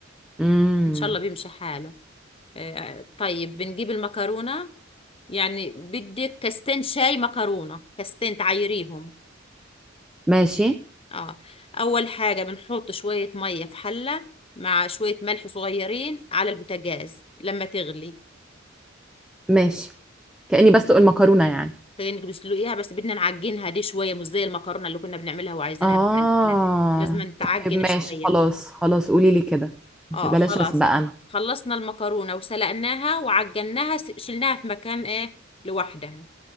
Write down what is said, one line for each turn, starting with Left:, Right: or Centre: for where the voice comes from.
Centre: امم
Left: إن شاء الله بيمشي حاله آه، طيب بنجيب المكرونة يعني بدك كاستين شاي مكرونة كاستين تعيريهم
Centre: ماشي
Left: اه أول حاجة بنحط شوية مية في حلة مع شوية ملح صغيرين على البوتاجاز لما تغلي
Centre: ماشي كأني بسلق المكرونة يعني
Left: كأنك بتسلقيها بس بدنا نعجنها دي شوية مش زي المكرونة اللي كنا بنعملها وعايزينها
Centre: آه
Left: مفلفلة لازم نتعجن
Centre: طيب ماشي
Left: شوية
Centre: خلاص
Left: هنا.
Centre: خلاص قولي لي كده بلاش
Left: اه خلاص
Centre: أسبق أنا
Left: خلصنا المكرونة وسلقناها وعجناها س- شلناها في مكان ايه لوحدها